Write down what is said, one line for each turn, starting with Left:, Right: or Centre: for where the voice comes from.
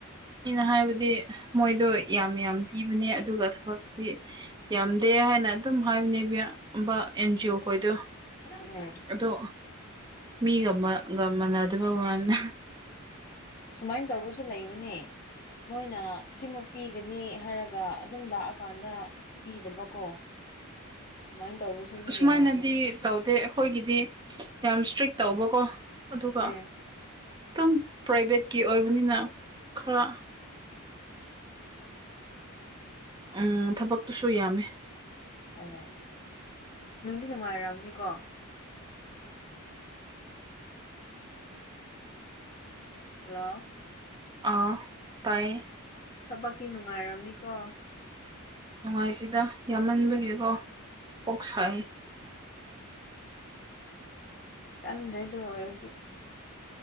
Right: ꯑꯩꯅ ꯍꯥꯏꯕꯗꯤ ꯃꯣꯏꯗꯣ ꯌꯥꯝ ꯌꯥꯝ ꯄꯤꯕꯅꯦ ꯑꯗꯨꯒ ꯊꯕꯛꯇꯤ ꯌꯥꯝꯗꯦ ꯍꯥꯏꯅ ꯑꯗꯨꯝ ꯍꯥꯏꯕꯅꯦꯕꯕ ꯑꯦꯟꯖꯤ ꯑꯣ ꯈꯣꯏꯗꯣ
Left: ꯎꯝ
Right: ꯑꯗꯣ ꯃꯤꯒꯒ ꯃꯅꯗꯕ ꯋꯥꯟꯅ
Left: ꯁꯨꯃꯥꯏꯅ ꯇꯧꯕꯁꯨ ꯂꯩꯕꯅꯦ ꯃꯣꯏꯅ ꯁꯤꯃꯨꯛ ꯄꯤꯒꯅꯤ ꯍꯥꯏꯔꯒ ꯑꯗꯨꯝ ꯂꯥꯛꯑꯀꯥꯟꯗ ꯄꯤꯗꯕꯀꯣ ꯁꯨꯃꯥꯏꯅ ꯇꯧꯕꯁꯨ ꯃꯤ
Right: ꯁꯨꯃꯥꯏꯅꯗꯤ
Left: ꯌꯥꯝꯕꯅꯤ
Right: ꯇꯧꯗꯦ ꯑꯩꯈꯣꯏꯒꯤꯗꯤ ꯌꯥꯝ ꯏꯁꯇ꯭ꯔꯤꯛ ꯇꯧꯕꯀꯣ ꯑꯗꯨꯒ
Left: ꯎꯝ
Right: ꯈꯤꯇꯝ ꯄ꯭ꯔꯥꯏꯚꯦꯠꯀꯤ ꯑꯣꯏꯕꯅꯤꯅ ꯈꯔ
Left: ꯎ
Right: ꯎꯝ ꯊꯕꯛꯇꯨꯁꯨ ꯌꯥꯝꯃꯦ
Left: ꯑ ꯅꯨꯡꯗꯤ ꯅꯨꯡꯉꯥꯏꯔꯑꯝꯅꯤꯀꯣ ꯍꯜꯂꯣ
Right: ꯑꯥ ꯇꯥꯏꯌꯦ
Left: ꯊꯕꯛꯛꯇꯤ ꯅꯨꯡꯉꯥꯏꯔꯝꯅꯤꯀꯣ
Right: ꯅꯨꯡꯉꯥꯏꯇꯦꯗ ꯌꯥꯝꯃꯟꯕꯒꯤꯀꯣ ꯀꯣꯛ ꯁꯥꯏ
Left: ꯀꯪ ꯂꯩꯦꯗ ꯑꯣꯏꯗꯤ